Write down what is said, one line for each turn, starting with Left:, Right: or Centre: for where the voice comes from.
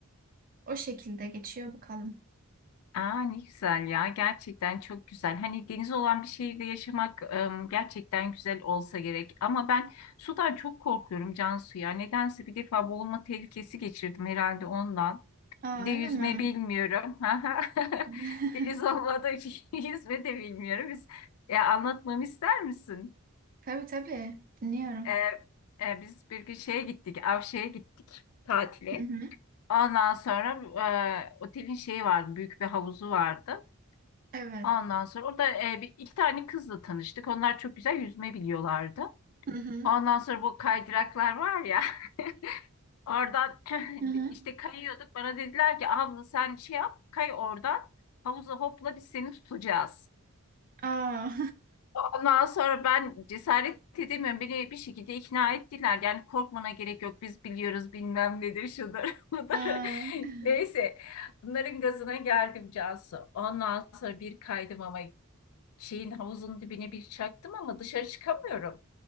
Right: O şekilde geçiyor bakalım.
Left: Aa, ne güzel ya gerçekten çok güzel. Hani deniz olan bir şehirde yaşamak em, gerçekten güzel olsa gerek. Ama ben sudan çok korkuyorum Cansu ya. Nedense bir defa boğulma tehlikesi geçirdim herhalde ondan.
Right: Aa
Left: Bir de yüzme
Right: öyle mi?
Left: bilmiyorum. <laughs>
Right: <laughs>
Left: <laughs> Deniz olmadığı için <laughs> yüzme de bilmiyorum. Biz, e, anlatmamı ister misin?
Right: Tabii tabii. Dinliyorum.
Left: E, e, biz bir gün şeye gittik, Avşe'ye gittik tatile.
Right: Hı hı.
Left: Ondan sonra e, otelin şeyi vardı, büyük bir havuzu vardı.
Right: Evet.
Left: Ondan sonra orada e, bir, iki tane kızla tanıştık. Onlar çok güzel yüzme biliyorlardı.
Right: Hı hı.
Left: Ondan sonra bu kaydıraklar var ya <laughs> oradan <clears throat>
Right: Hı hı.
Left: işte kayıyorduk. Bana dediler ki abla sen şey yap kay oradan havuza hopla biz seni tutacağız.
Right: Aa.
Left: Ondan sonra ben cesaret edemiyorum. Beni bir şekilde ikna ettiler. Yani korkmana gerek yok. Biz biliyoruz bilmem nedir şudur <laughs> budur.
Right: <laughs> Aa.
Left: Neyse bunların gazına geldim Cansu. Ondan sonra bir kaydım ama şeyin havuzun dibine bir çaktım ama dışarı çıkamıyorum.